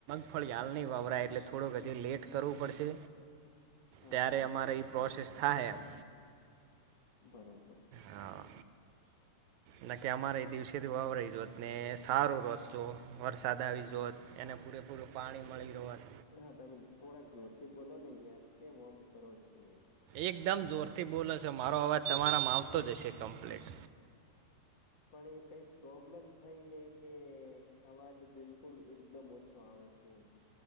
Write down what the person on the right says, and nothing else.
ફળી હાલ નહીં વાવરાય એટલે થોડુંક હજી લેટ કરવું પડશે.
ત્યારે
અમારે ઈ પ્રોસેસ થાય એમ.
હા ન કે અમારે એ દિવસેથી વવરાઈ જોત ને સારું રત. જો વરસાદ આવી જોત એને પૂરેપૂરું પાણી મળી જોત.
એકદમ જોરથી બોલો છે મારો અવાજ તમારામાં આવતો જ હશે કમ્પ્લીટ.